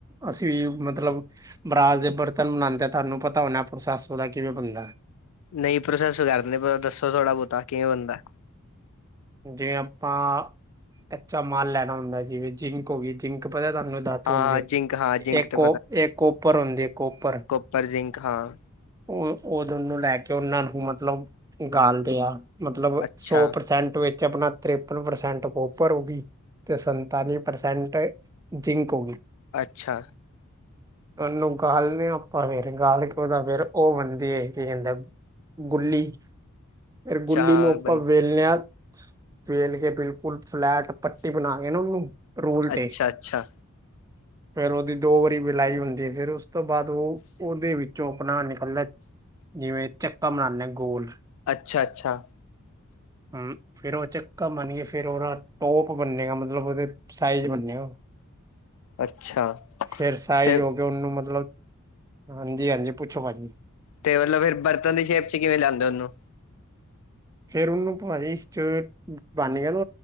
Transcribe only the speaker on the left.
ਨਹੀਂ ਪ੍ਰੋਸੈਸ ਕਰ ਦੋ ਪਤਾ ਦੱਸੋ ਥੋੜਾ ਬਹੁਤਾ ਕਿਵੇਂ ਹੁੰਦਾ
ਹਾਂ-ਹਾਂ
ਜਿੰਕ ਹਾਂ
ਜਿੰਕ ਤੇ
ਪਰਰਜਿੰਕ ਹਾਂ
ਅੱਛਾ।
ਅੱਛਾ।
ਹਾਂ
ਬੰ
ਅੱਛਾ-ਅੱਛਾ,
ਅੱਛਾ-ਅੱਛਾ।
ਅੱਛਾ ਅੱਛਾ।
ਅੱਛਾ।
ਤੇ
ਤੇ ਮਲਬ ਫਿਰ ਬਰਤਨ ਦੀ ਸ਼ੇਪ ਚ ਕਿਵੇਂ ਲਿਆਂਦੇ ਉਹਨੂੰ